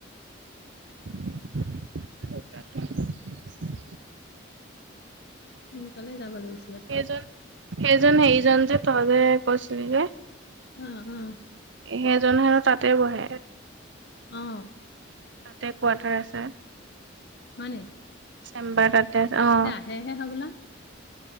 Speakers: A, on the right; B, on the left.
A: <unintelligible>
B: সোনকালে যাব লাগিব।
A: সেইজন সেইজন সেইজন যে তই যে কৈছিলি যে।
B: অঁ অঁ
A: সেইজন হেনো তাতে বহে
B: অ
A: তাতে কোৱাৰ্টাৰ আছে
B: হয় নি?
A: চেম্বাৰ তাতে আছে অ
B: সেয়হে হবলা